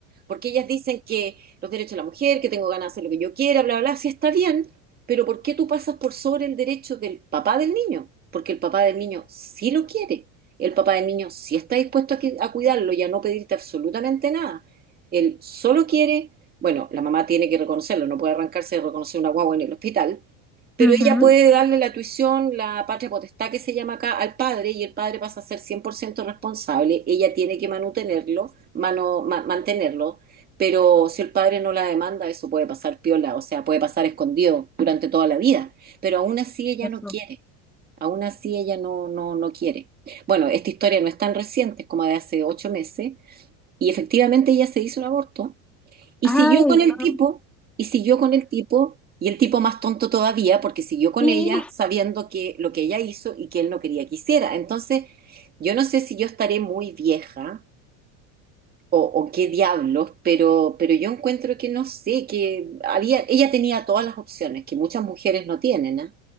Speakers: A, on the right (about 25°); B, in the centre.
A: Porque ellas dicen que los derechos de la mujer, que tengo ganas de hacer lo que yo quiera, bla, bla, bla, sí está bien, pero ¿por qué tú pasas por sobre el derecho del papá del niño? Porque el papá del niño sí lo quiere. El papá del niño sí está dispuesto a, que- a cuidarlo y a no pedirte absolutamente nada. Él solo quiere, bueno, la mamá tiene que reconocerlo, no puede arrancarse de reconocer una guagua en el hospital, pero
B: Ujú.
A: ella puede darle la tuición, la patria potestad que se llama acá, al padre y el padre pasa a ser 100% responsable. Ella tiene que manutenerlo, mano- ma- mantenerlo, pero si el padre no la demanda, eso puede pasar piola, o sea, puede pasar escondido durante toda la vida, pero aún así ella
B: Eso.
A: no quiere, aún así ella no, no, no quiere. Bueno, esta historia no es tan reciente, es como de hace ocho meses, y efectivamente ella se hizo un aborto y
B: Ay,
A: siguió con el
B: no.
A: tipo, y siguió con el tipo, y el tipo más tonto todavía, porque siguió con
B: Sí.
A: ella sabiendo que lo que ella hizo y que él no quería que hiciera. Entonces, yo no sé si yo estaré muy vieja o, o qué diablos, pero, pero yo encuentro que no sé, que había, ella tenía todas las opciones que muchas mujeres no tienen, ¿ah?